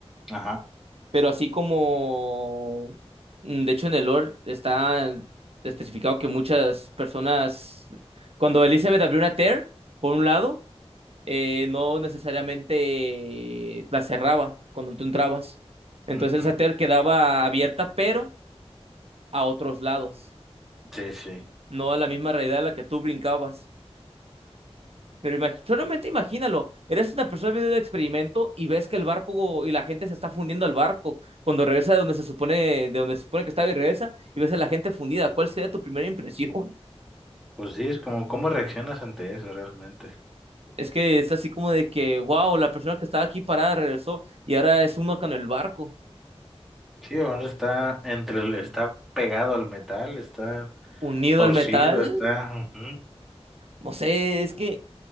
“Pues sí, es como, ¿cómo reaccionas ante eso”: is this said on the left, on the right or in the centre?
Centre